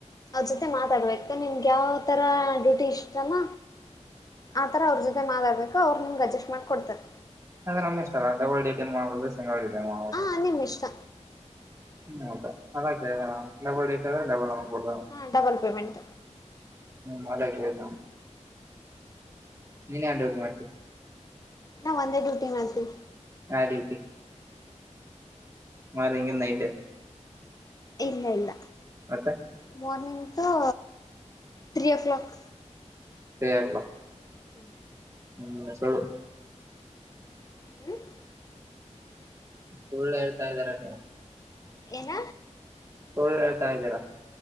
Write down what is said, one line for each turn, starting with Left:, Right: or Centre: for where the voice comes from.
Left: ಅದ್ ಜೊತೆ ಮಾತಾಡ್ಬೇಕಕ್ತ ನಿಮ್ಗೆ ಯಾವ ತರ ಡ್ಯೂಟಿ ಇಷ್ಟಮ್ಮ ಆತರ ಅವ್ರ ಜೊತೆ ಮಾತಾಡ್ಬೇಕು ಅವ್ರರು ನಿಮಗೆ ಅಡ್ಜಸ್ಟ್ ಮಾಡ್ಕ ಕೊಡ್ತಾರೆ
Right: ಅದ ನಮ್ ಇಷ್ಟ ಅಲ್ಲ ಡಬಲ್ ಡಿಸೈನ್ ಮಾಡ್ಬೋದು ಸಿಂಗಲ್ ಡಿಸೈನ್ ಮಾಡ್ಬೋದು
Left: ಹಾಂ ನಿಮ್ಮ ಇಷ್ಟ
Right: ಹ್ಮ್ ಹೌದಾ ಅದ ಡಬಲ್ ಏಟ್ ಆದ್ರೆ ಡಬಲ್ ಅಮೌಂಟ್ ಕೊಡ್ತಾರ
Left: ಹಾ ಡಬಲ್ ಪೇಮೆಂಟ್
Right: ಹ್ಮ್ ಅದಕ್ಕೆೇಳಿದ್ದ ನೀನಯಾಕ್ ನ್ೋಡ್ ಮಾಡ್ತೀ
Left: ನಾ ಒಂದೇ ಡ್ಯೂಟಿ ಮಾಡ್ತವಿ
Right: ಹಾ ದೀವತಿ ಮರೆಂಗಿ ನೈಟ್
Left: ಇಲ್ಲ ಇಲ್ಲ
Right: ಮತ್ತೆ
Left: ಮೋರ್ನಿಂಗ್ ಹ ತ್ರ್ರೀ ಓ ಕ್ಲಾಕ್
Right: ಸೇಕ್ವಾ
Left: ಹ್ಮ್
Right: ಹ್ಮ್ ಸಳ್ಳ
Left: ಹ್ಮ್
Right: ಸುಳ್ಳ ಹೇಳ್ತಾ ಇದ್ದಾರ ನೀವು
Left: ಏನ
Right: ಸುಳ್ ಹೇಳ್ತಾ ಇದ್ದೀರಾ